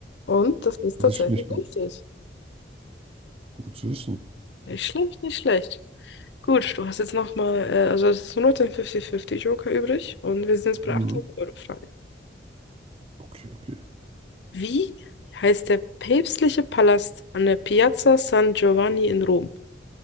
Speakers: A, on the left; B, on the right.
A: Und das ist
B: Hätte
A: tatsächlich
B: ich nicht gewusst.
A: richtig.
B: Gut zu wissen.
A: Nicht schlecht, nicht schlecht. Gut, du hast jetzt nochmal, äh, also es ist nur noch dein 50-50 Joker übrig und wir sind jetzt bei
B: Hm,
A: der 800-Euro-Frage.
B: okay, okay.
A: Wie heißt der päpstliche Palast an der Piazza San Giovanni in Rom?